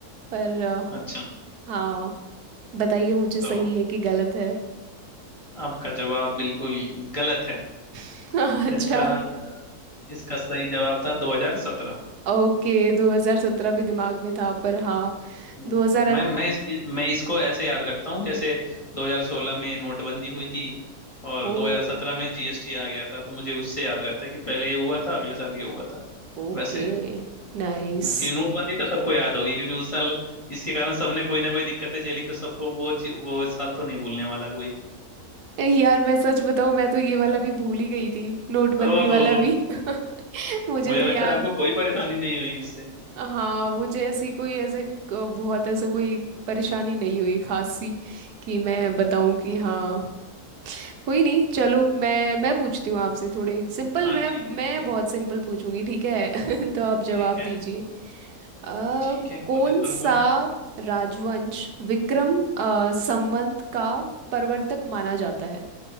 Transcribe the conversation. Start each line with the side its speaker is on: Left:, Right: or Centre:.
Right: पर अ,
Left: अच्छा
Right: हाँ बताइए मुझे
Left: तो
Right: सही है कि गलत है
Left: आपका जवाब बिल्कुल गलत है
Right: <laughs> अच्छा
Left: इसका अ, इसका सही जवाब था 2017
Right: ओके 2017 भी दिमाग में था पर हाँ
Left: हम्म,
Right: 2008
Left: मैं मैं इस, मैं इसको ऐसे याद रखता हूँ जैसे 2016 में नोटबंदी हुई थी और
Right: ओ
Left: 2017 में जीएसटी आ गया था तो मुझे उससे याद रहता है कि पहले ये हुआ था अगले साल ये हुआ था
Right: ओके
Left: वैसे
Right: नाइस
Left: हाँ, कि नोटबंदी तो सबको याद होगी क्योंकि उस साल इसके कारण सबने कोई ना कोई दिक्कतें झेली तो सबको वो चीज- वो इस साल तो नहीं भूलने वाला कोई
Right: यार मैं सच बताऊं मैं तो ये वाला भी भूल ही गई थी नोटबंदी
Left: ओहो
Right: वाला भी <laughs> मुझे
Left: मुझे
Right: तो
Left: लगता
Right: याद
Left: है आपको कोई परेशानी नहीं हुई उससे
Right: हाँ मुझे ऐसी कोई ऐसे क- बहुत ऐसे कोई परेशानी नहीं हुई खास सी कि मैं बताऊं कि
Left: हाँ
Right: हाँ कोई नहीं चलो मैं मैं पूछती हूँ आपसे थोड़े सिंपल
Left: हाँ,
Right: मैं
Left: ठीक है
Right: मैं
Left: ठीक
Right: बहुत सिंपल पूछूंगी ठीक है <laughs> तो आप जवाब
Left: ठीक है
Right: दीजिए अ,
Left: ठीक है
Right: कौन
Left: कोशिश करूंगा
Right: सा राजवंश विक्रम अ, संवत का प्रवर्तक माना जाता है